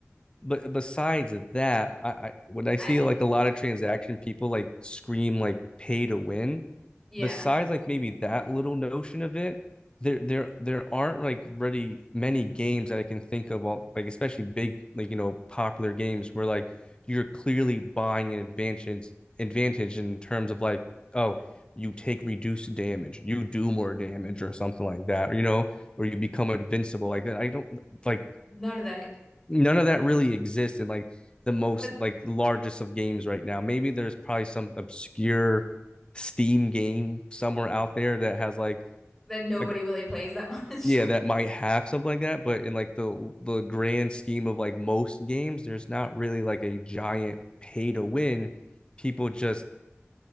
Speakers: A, on the left; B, in the centre.
A: but besides that, I, I when I
B: I
A: see like a lot of transaction people like scream like pay to win,
B: yeah.
A: besides like maybe that little notion of it, there there there aren't like really many games that I can think of all like especially big like you know popular games where like you're clearly buying an advantage advantage in terms of like oh you take reduced damage, you do more damage or something like that, or you know, or you become invincible like that. I don't like
B: None of that
A: none of that really exists in like the most
B: but
A: like largest of games right now. Maybe there's probably some obscure Steam game somewhere out there that has like
B: then nobody
A: like
B: really plays that much.
A: yeah, that might have something like that, but in like the the grand scheme of like most games, there's not really like a giant pay to win. People just